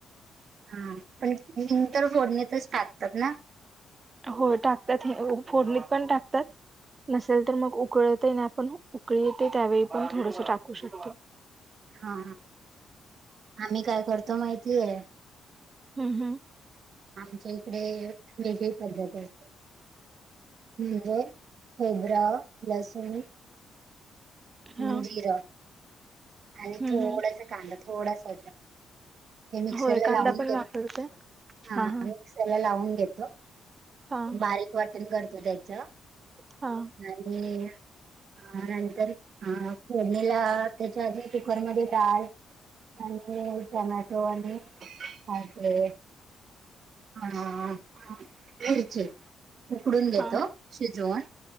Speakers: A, on the right; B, on the right.
A: ही ग, तर फोडणीतच टाकतात
B: हो टाकतात हे फोडणीत पण टाकतात. नसेल तर मग उकळतही ना आपण उकळी येते त्यावेळी पण थोडस टाकू शकतो.
A: हा आम्ही काय करतो माहितीय
B: हम्म, हम्म
A: आमच्या इकडे वेगळी पद्धती असतेज हिंग खबरा लसन
B: हा
A: ह् जिरं आणि
B: हम्म
A: थोडस
B: हम्म
A: कांदा थोडासा हे मिक्सर
B: होय कांदा
A: लावून
B: पण वापरते
A: ह
B: हा हा
A: मिक्सरला लावून घेतो
B: हा
A: बारीक वाटण करतो त्याच
B: हा
A: आणि ह नंतर हा फोडणीला त्याच्या कुकरमध्ये डाळ आणि टोमॅटो आणि हा <unintelligible> ते हां मिरची. उकडून घेतो
B: हा
A: शिजवून